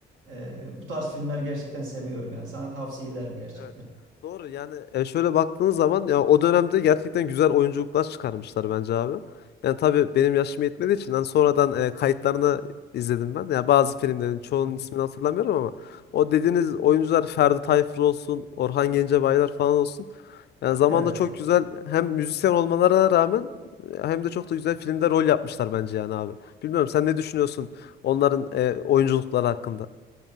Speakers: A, on the right (about 80°); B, on the left (about 55°).
A: E, bu tarz filmler gerçekten seviyorum yani sana tavsiye ederim gerçekten.
B: Evet. Doğru yani e, şöyle baktığınız zaman ya o dönemde gerçekten güzel oyunculuklar çıkarmışlar bence abi. Yani tabii benim yaşım yetmediği için hani sonradan e, kayıtlarını izledim ben. Yani bazı filmlerin çoğunun
A: Hı hı.
B: ismini hatırlamıyorum ama o dediğiniz oyuncular Ferdi Tayfur olsun, Orhan Gencebaylar falan olsun. Yani zamanda
A: Evet.
B: çok güzel hem müzisyen olmalarına rağmen e, hem de çok da güzel filmde rol yapmışlar bence yani abi. Bilmiyorum sen ne düşünüyorsun onların e, oyunculukları hakkında?